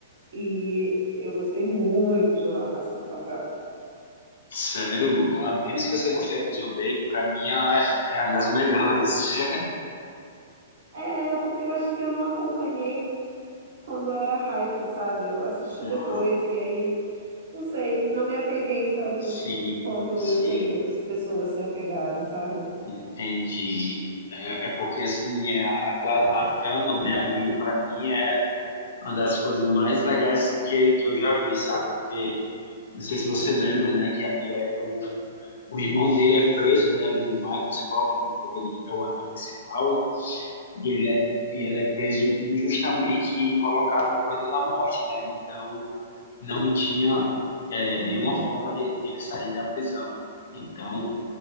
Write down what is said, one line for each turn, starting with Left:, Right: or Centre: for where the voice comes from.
Right: E eu gostei muito de La Casa de Papel.
Left: Sério, a menos que você
Right: Acho-
Left: gostou do Prison Break, pra mim é é uma das melhores. <laughs>
Right: É, porque eu acho que eu não acompanhei quando era hype, sabe? Eu assisti
Left: Ah,
Right: depois. E aí Não sei, não me apeguei tanto
Left: sim,
Right: quanto
Left: sim,
Right: eu sei que outras pessoas se apegaram, sabe?
Left: entendi. É, é porque assim, é aquela a trama, né, ali, pra mim é uma das coisas mais legais assim, que, que eu já vi, sabe? Porque Não sei se você lembra, né? Que ali é o, o irmão dele é preso, né? Ali do Michael Scofield, né, que ele é o ator principal, e ele é, e ele é preso injustamente e colocado na corrida da morte, né? Então não tinha é,
Right: Uhum,
Left: nenhuma forma de, de ele sair da prisão. Então